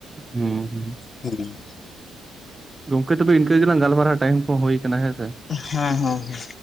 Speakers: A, on the right; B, on the left.
A: ᱦᱩᱸ
B: ᱦᱩᱸ <inaudible>
A: ᱜᱚᱝᱠᱮ ᱛᱚᱵᱮ ᱤᱱᱠᱟᱹ ᱜᱮᱞᱟᱝ ᱜᱟᱞᱢᱟᱨᱟᱣ ᱴᱟᱭᱤᱢ ᱠᱚ ᱦᱩᱭ ᱟᱠᱟᱱᱟ ᱦᱮᱸ ᱥᱮ
B: ᱦᱮᱸ ᱦᱮᱸ ᱦᱮᱸ